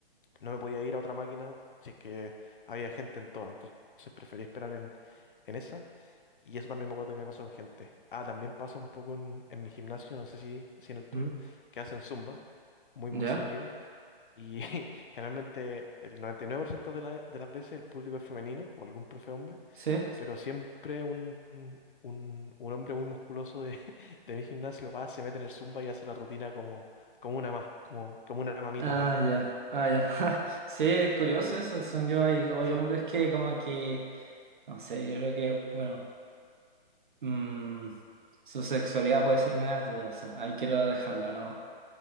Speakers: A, on the left (about 55°); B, on the right (about 55°).
A: no me podía ir a otra máquina si es que había gente en todas. Entonces, preferí esperar en, en esa. Y eso también me acuerdo que me pasó con gente. Ah, también pasa un poco en, en mi gimnasio, no sé si, si en el tuyo,
B: ¿Mm?
A: que hacen zumba muy,
B: ¿Ya?
A: muy seguido. Y <laughs> generalmente el 99% de, la- de las veces el público es femenino o algún profe hombre,
B: Sí.
A: pero siempre un, un, un hombre muy musculoso de, <laughs> de mi gimnasio va, se mete en el zumba y hace la rutina como, como una más, como, como una mamita
B: Ah,
A: más.
B: ya. Ah, ya. <laughs> Ja. Sí, es curioso
A: Eso
B: eso. Son yo, hay, hay
A: se
B: hombres que como que. No sé, yo creo que, bueno. mm, su sexualidad puede ser media dudosa. Hay que dejarla nomás.